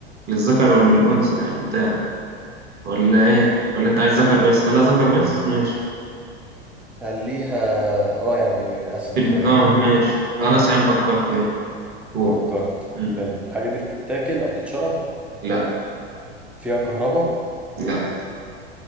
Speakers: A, on the right; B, in the centre.
A: للذكر والانثى يعني انت ولا ايه ولا انت عايز ذكر بس خلاها ذكر بس ماشي
B: خليها اه يعني اسهل
A: تبقى
B: شوية
A: اه ماشي خلاص يا عم فكرت يلا قول
B: فكرت
A: مم.
B: حلو الحاجة دي بتتاكل او بتتشرب
A: لا
B: فيها كهرباء
A: لا